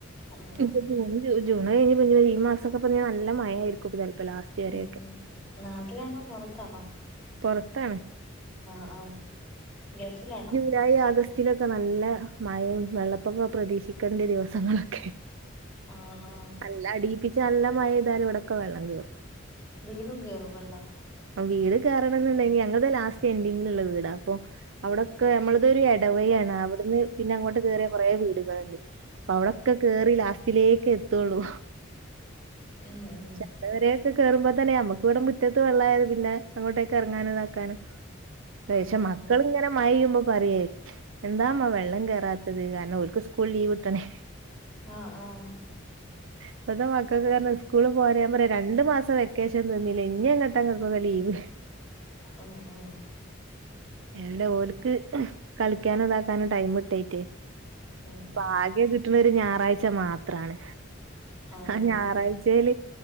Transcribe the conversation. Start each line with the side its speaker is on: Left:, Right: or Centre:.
Centre: ഉ
Right: ഇപ്പ ജൂ ജൂണ് കഴിഞ്ഞ് ഈ മാസൊക്കെപഞ്ഞി നല്ല മയായ്രിക്കും ഇപൊ ചെൽപ്പോ ലാസ്റ്റ് വരെയൊക്കെ
Centre: ഉം ഉം നാട്ടിലാണോ പൊറത്താണോ
Right: പുറത്താണ്
Centre: ആഹ് ആഹ് ഗൾഫിലാണോ
Right: ലായി ആഗസ്റ്റിലൊക്കെ നല്ല മഴീ വെള്ളപ്പൊക്കം പ്രതീക്ഷിക്കേണ്ട ദിവസങ്ങളൊക്കെ
Centre: ആഹ് ആഹ്
Right: നല്ല അടിയിപ്പിച്ച നല്ല മഴയ്താല് ഇവിടൊക്കെ വെള്ളം കേറും
Centre: വീടും കയറും വെള്ളം
Right: വീട് കയറണം എന്നുണ്ടെങ്കി ഞങ്ങളുടെ ലാസ്റ്റ് എൻഡിങ്ങില്ള്ള വീടാ അപ്പൊ അവിടൊക്കെ നമ്മളത് ഒരു ഇടവഴി ആണ് അവിടുന്ന് പിന്നെ അങ്ങോട്ട് കേറിയാ കുറെ വീടുകളുണ്ട് അവിടൊക്കെ
Centre: ഉം
Right: കേറി ലാസ്റ്റിലേക്ക് എത്തുള്ളൂ
Centre: ഉം
Right: ചന്തവരൊക്കെ കേറുമ്പൊ തന്നെ നമ്മുക്ക് ഇവിടെ മുറ്റത്ത് വെള്ളായ പിന്നെ അങ്ങോട്ടേൊക്കെ ഇറങ്ങാനും ഇതാക്കാനും പക്ഷെ
Centre: ഉം ഉം
Right: മക്കള്
Centre: ഉം
Right: ഇങ്ങനെ മഴ പെയ്യുമ്പൊ പറയേ എന്താമ്മ വെള്ളം കയറാത്തത് കാരണം ഓൽക്ക് സ്കൂൾ ലീവ് കിട്ടണേ
Centre: ആഹ് ആഹ്
Right: ഇപ്പത്തെ മക്കൾക്ക് കാരണം സ്കൂള് പോ പറയാ രണ്ട് മാസം വെക്കേഷൻ തന്നീലെ ഇനി എങ്ങട്ട ഇപ്പൊക്കെ ലീവ്
Centre: ഉം ഉം
Right: എവിടെ ഓൽക്ക് കളിക്കാനോ ഇതാക്കാനോ ടൈം ഇട്ടായിറ്റേ
Centre: ഉം
Right: ഇപ്പം
Centre: ഉം
Right: ആകെ കിട്ടുന്ന ഒരു ഞായറാഴ്ച മാത്രാണ്
Centre: അതെ
Right: ആ
Centre: അതെ
Right: ഞായറാഴ്ചയ്ൽ